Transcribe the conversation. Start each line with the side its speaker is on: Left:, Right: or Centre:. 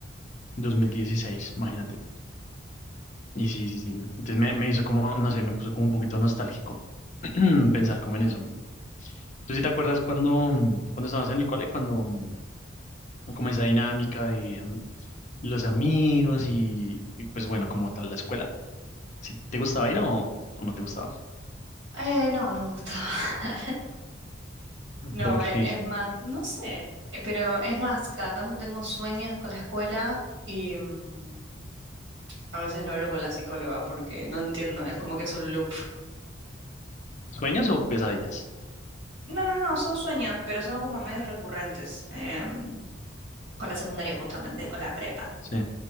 Left: 2016, imagínate. Y sí, sí, sí. Entonces me, me hizo como, no sé, me puso como un poquito nostálgico <clears throat> pensar como en eso. ¿Tú sí te acuerdas cuando, mm, cuando estabas en el cole, cuando mm, como esa dinámica de mm, los amigos y, y, pues bueno, como tal la escuela? ¿Si te gustaba ir o, o no te gustaba?
Right: Eh, no, no me gustaba. <laughs> No,
Left: Porque
Right: e-
Left: <laughs>
Right: es, más, no sé, eh, pero es más, cada tanto tengo sueños con la escuela y mm, a veces lo hablo con la psicóloga porque no entiendo, es como que es un loop.
Left: sueños o pesadillas.
Right: No, no, no, son sueños, pero son como medios recurrentes. em, con la secundaria justamente, o la prepa.
Left: Sí,